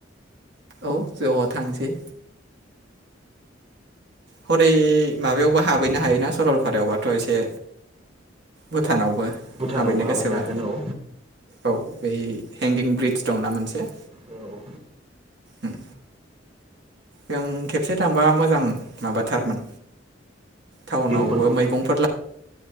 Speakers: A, on the right (about 60°); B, on the right (about 30°).
A: औ ज' थांसै। हरै माबायावबो हाबैनो हायोना सरलपारायावबाथ' एसे। भुटानावबो।
B: भुटानावबो
A: हाबैनो
B: हाबहैनो
A: गोसोबा
B: हागोन औ
A: औ बै हेंगिं ब्रिडज दंना मोनसे।
B: औ।
A: ओम जों खेबसे थांबा मोजां। माबाथारमोन टाउनावबो
B: जिउफोरखौ
A: मैगंफोर